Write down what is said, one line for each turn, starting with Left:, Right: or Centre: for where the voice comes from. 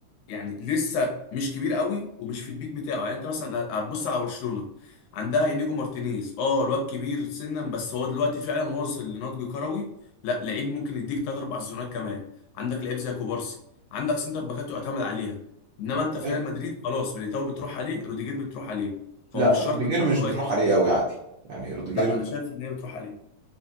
Left: يعني لسه مش كبير قوي ومش في البيك بتاعه يعني انت مثلا هتبص على برشلونة عندها انيجو مارتينيز اه الواد كبير سنا بس هو دلوقتي فعلا واصل لنضج كروي لا لعيب ممكن يديك تلات اربع سيزونات كمان عندك لعيب زي كوبارسي عندك سنتر باكات يعتمد عليها انما انت في
Right: أي-
Left: ريال مدريد خلاص ميليتاو بتروح عليه روديجير بتروح عليه فهو
Right: لا
Left: مش
Right: روديجير
Left: شرط ان
Right: مش
Left: هو
Right: بتروح
Left: يجيب سنتر
Right: عليه قوي
Left: باك
Right: عادي يعني روديجير
Left: لا انا شايف ان هي بتروح عليه